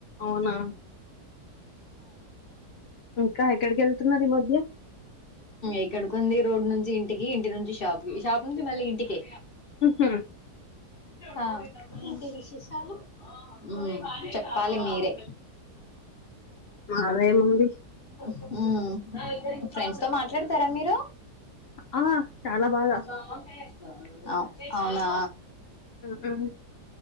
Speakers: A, on the left; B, on the left.
A: అవునా! ఇంకా ఎక్కడికెళ్తున్నారు ఈ మధ్య?
B: ఎక్కడకుంది రోడ్ నుంచి ఇంటికి ఇంటి నుంచి షాప్ కి షాప్ నుంచి మళ్ళీ ఇంటికె
A: ఉ హ్
B: ఆ ఏంటి విశేషాలు ఉమ్ చెప్పాలి మీరే
A: నాదే ముంది
B: ఉమ్ ఫ్రెండ్స్ తో మాట్లాడతారా మీరు
A: ఆ! చాలా బాగా.
B: అవ అవునా
A: హ్మ్.